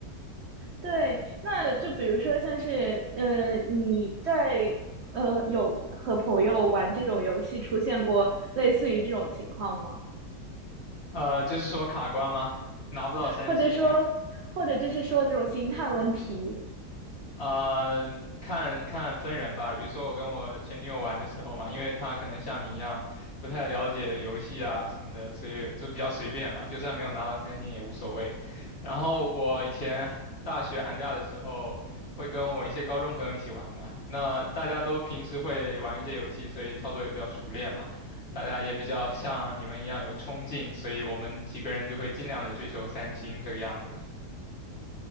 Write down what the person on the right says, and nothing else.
对，那就比如说像是，呃，你在呃有和朋友玩这种游戏出现过类似于这种情况吗？
或者说，或者就是说这种心态问题，